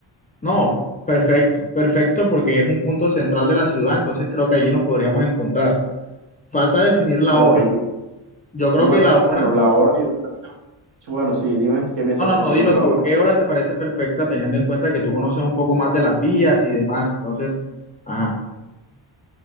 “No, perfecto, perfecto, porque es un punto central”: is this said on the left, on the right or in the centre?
Left